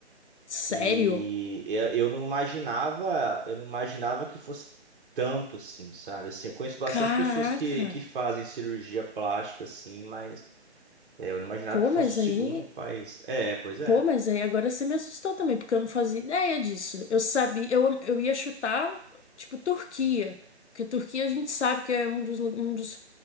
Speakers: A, on the left; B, on the right.
A: Sério?
B: E eu, eu não imaginava, eu não imaginava que fosse tanto assim, sabe? Assim, eu conheço bastante
A: Caraca!
B: pessoas que, que fazem cirurgia plástica, assim, mas é, eu não imaginava
A: Pô,
B: que fosse
A: mas
B: o segundo
A: aí.
B: país. É, pois é.
A: Pô, mas aí agora você me assustou também, porque eu não fazia ideia disso. Eu sabia, eu, eu ia chutar, tipo, Turquia. Porque Turquia a gente sabe que é um dos, lu- um dos,